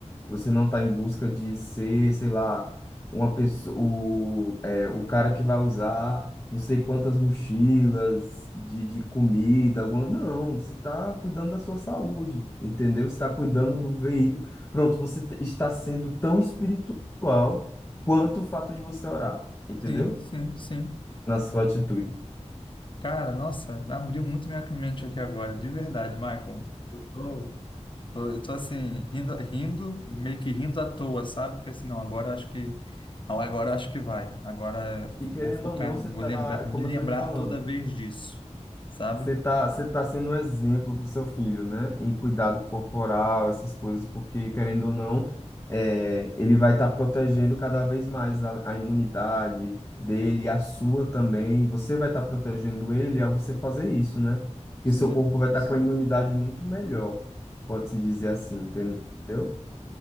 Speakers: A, on the left; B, on the left.
A: Você não está em busca de ser, sei lá, uma pessoa, o, é, o cara que vai usar não sei quantas mochilas de, de comida. alguma- Não, você está cuidando da sua saúde, entendeu? Você está cuidando do veículo. Pronto, você t- está sendo tão espiritual quanto o fato de você orar, entendeu?
B: Sim, sim, sim.
A: Na sua atitude.
B: Cara, nossa, abriu muito minha mente aqui agora, de verdade, Michael. Eu tô, tô- eu tô assim, rindo, rindo e meio que rindo à toa, sabe? Porque assim, não, agora eu acho que agora eu acho que vai. Agora
A: E
B: eu
A: querendo
B: vou focar,
A: ou não, você
B: vou
A: tá,
B: lembrar,
A: como
B: me lembrar
A: eu tô lhe falando,
B: toda vez disso, sabe?
A: você tá, você tá sendo um exemplo pro seu filho, né? Em cuidado corporal, essas coisas, porque querendo ou não, é, ele vai estar protegendo cada vez mais a, a imunidade dele, a sua também. Você vai estar protegendo ele ao você fazer isso, né? Porque
B: Sim,
A: seu corpo vai estar com a imunidade muito melhor, pode-se dizer assim, entendeu?